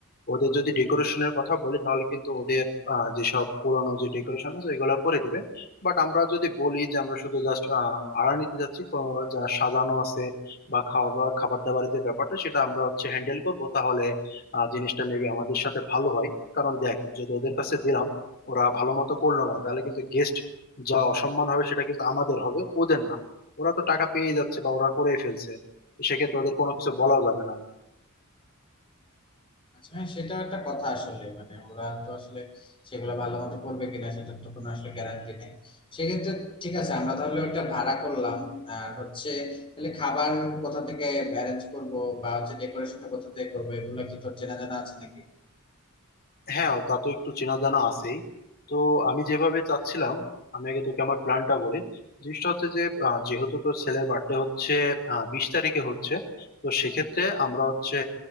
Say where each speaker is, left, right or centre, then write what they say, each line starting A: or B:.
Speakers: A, on the left; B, on the left.
A: ওদের যদি ডেকোরেশনের কথা বলি তাহলে কিন্তু ওদের আহ, যেসব পুরানো যে ডেকোরেশন আছে এগুলো করে দিবে বাট আমরা যদি বলি যে আমরা শুধু জাস্ট ভাড়া নিতে যাচ্ছি তো যা সাজানো আছে বা খাওয়া খাবার দাবারের যে ব্যাপারটা সেটা আমরা হচ্ছে হ্যান্ডেল করবো তাহলে আহ, জিনিসটা মেবি আমাদের সাথে ভালো হয় কারণ দেখ যদি ওদের কাছে দিলাম ওরা ভালো মতো করলো না তাহলে কিন্তু গেস্ট যা অসম্মান হবে সেটা কিন্তু আমাদের হবে ওদের না ওরা তো টাকা পেয়ে যাচ্ছে বা ওরা করেই ফেলছে তো সেক্ষেত্রে ওদের কোনো কিছু বলাও যাবে না
B: আচ্ছা হ্যাঁ সেটা একটা কথা আসলে মানে ওরা তো আসলে সেগুলো ভালো মতো করবে কিনা সেটার তো কোনো আসলে গ্যারান্টি নেই সেক্ষেত্রে ঠিক আছে আমরা তাহলে ওটা ভাড়া করলাম আর হচ্ছে তাহলে খাবার কোথা থেকে অ্যারেঞ্জ করব বা হচ্ছে ডেকোরেশনটা কোথা থেকে করবো এগুলো কি তোর চেনা জানা আছে নাকি
A: হ্যাঁ তা তো একটু চেনা জানা আছেই তো আমি যেভাবে চাচ্ছিলাম আমি আগে তোকে আমার প্ল্যানটা বলি জিনিসটা হচ্ছে যে আহ, যেহেতু তোর ছেলের বার্থডে হচ্ছে আহ, বিশ তারিখে হচ্ছে তো সেক্ষেত্রে আমরা হচ্ছে